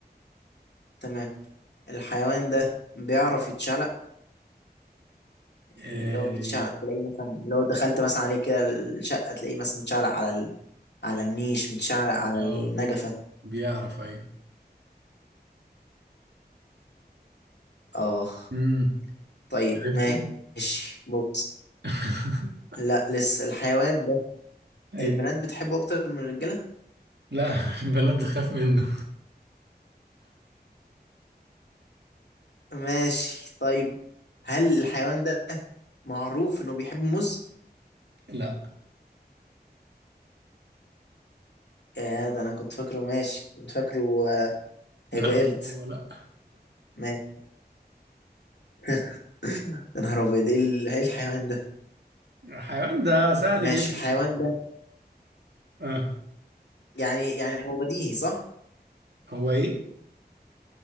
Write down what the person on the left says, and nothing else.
تمام الحيوان ده بيعرف يتشعلق
يعني لو بيتشعلق تلاقيه مثلا لو دخلت مثلا عليه كده الشقة تلاقيه مثلا متشعلق على ال... على النيش متشعلق على
النجفة
اه
طيب
ماشي بص
لا لسه الحيوان ده
البنات بتحبه اكتر من الرجاله
ماشي طيب هل الحيوان ده معروف انه بيحب موز
يا ده انا كنت فاكره ماشي كنت فاكره آه،
هيبقى
قرد
ماشي <laughs> يا نهار ابيض ايه ال- إيه الحيوان ده
ماشي
الحيوان ده
يعني يعني هو بديهي صح